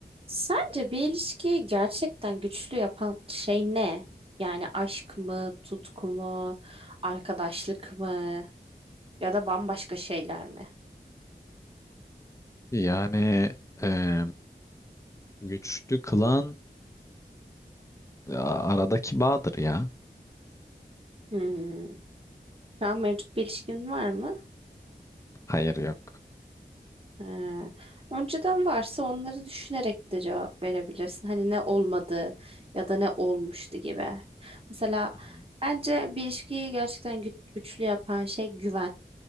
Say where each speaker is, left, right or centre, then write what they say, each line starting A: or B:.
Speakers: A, on the right; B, on the left.
A: Sence bir ilişkiyi gerçekten güçlü yapan şey ne? Yani aşk mı, tutku mu, arkadaşlık mı ya da bambaşka şeyler mi?
B: Yani e, güçlü kılan e, aradaki bağdır ya.
A: Hmm. Şu an mevcut bir ilişkin var mı?
B: Hayır yok.
A: Ha. Önceden varsa onları düşünerek de cevap verebilirsin. Hani ne olmadı ya da ne olmuştu gibi. Mesela
B: Hı hı.
A: bence bir ilişkiyi gerçekten gü- güçlü yapan şey güven.